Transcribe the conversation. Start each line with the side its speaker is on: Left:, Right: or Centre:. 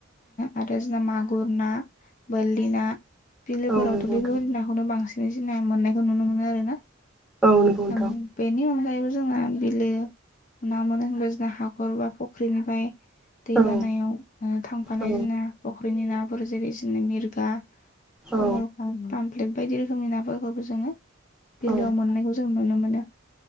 Left: आरो जोंना मागुर ना बोरलि ना बिलोफोरावथ'
Centre: औ नंगौ
Left: बेफोरबायदि
Centre: नोंथां
Left: नाखौनो बांसिन सिनाय सिनाय मोननायखौ नुनो मोनो आरो ना।
Centre: औ नंगौ नोंथां
Left: आ बेनि हनो गाय जोंना बिलो ना मोनो होनबा जोंना हाखर बा फुख्रिनिफ्राय दै
Centre: औ
Left: बानायाव थांफानाय
Centre: औ
Left: जोंना फख्रिनि नाफोर जेरै मिरगा
Centre: औ
Left: कमलख पामफ्लेट बायदि रोखोमनि नाफोरखौबो जोङो बिलोआव
Centre: औ
Left: मोननानै मोनो मोनो